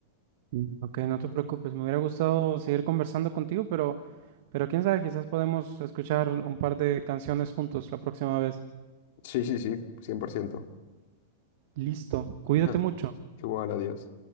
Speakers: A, on the right (about 60°); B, on the left (about 60°).
A: Mm. Ok, no te preocupes, me hubiera gustado seguir conversando contigo, pero, pero quién sabe, quizás podemos escuchar un par de canciones juntos la próxima vez.
B: Sí, sí, sí, cien por ciento
A: Listo, cuídate
B: <laughs>
A: mucho.
B: Igual, adiós.